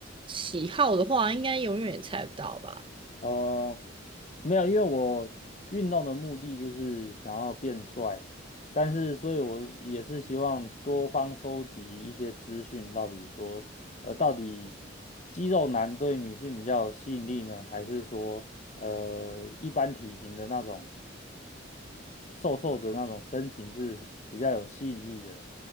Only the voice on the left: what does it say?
哦，没有，因为我运动的目的就是想要变帅，但是所以我也是希望多方收集一些资讯，到底说，呃，到底肌肉男对女性比较有吸引力呢，还是说，呃，一般体型的那种瘦瘦的那种身形是比较有吸引力的？